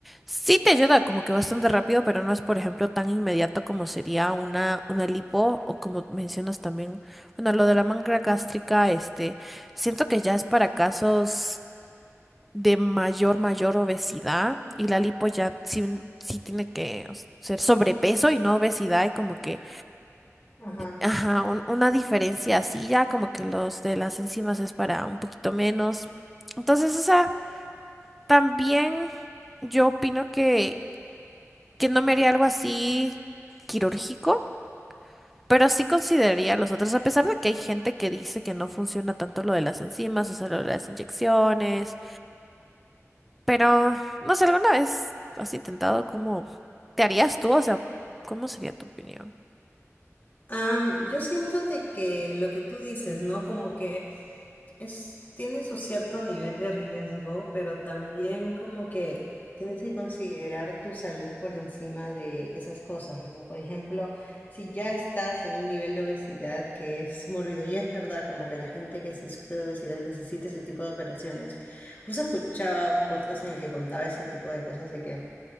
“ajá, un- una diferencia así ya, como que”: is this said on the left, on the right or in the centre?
Centre